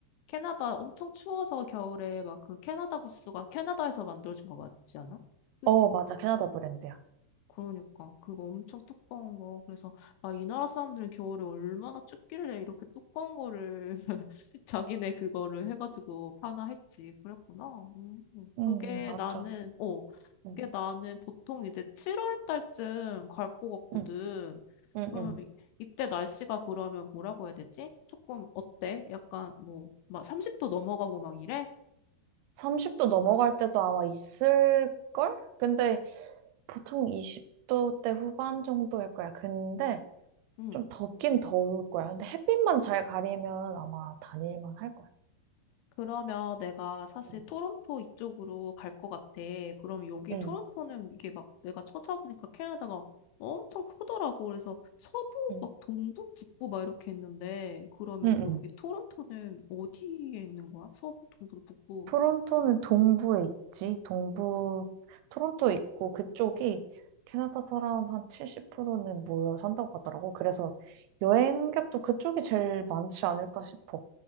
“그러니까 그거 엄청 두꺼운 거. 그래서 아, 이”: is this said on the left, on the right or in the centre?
Left